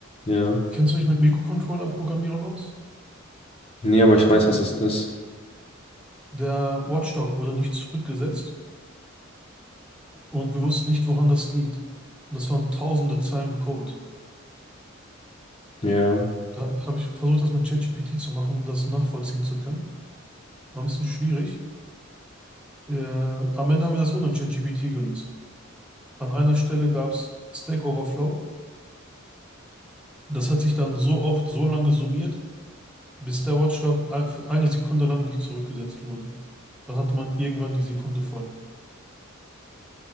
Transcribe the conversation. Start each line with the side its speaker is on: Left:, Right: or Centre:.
Left: ja.
Centre: Kennst du dich mit Mikrocontroller-Programmierung aus?
Left: Nee, aber ich weiß, was das ist.
Centre: Der Watchdog wurde nicht zurückgesetzt und wir wussten nicht, woran das liegt. Und das waren tausende Zeilen Code.
Left: Ja.
Centre: Da habe ich versucht, das mit ChatGPT zu machen, um das nachvollziehen zu können. War ein bisschen schwierig. Äh, am Ende haben wir das ohne ChatGPT gelöst. An einer Stelle gab es Stack Overflow. Das hat sich dann so oft, so lange summiert, bis der Watchdog ein- für eine Sekunde lang nicht zurückgesetzt wurde. Dann hatte man irgendwann die Sekunde voll.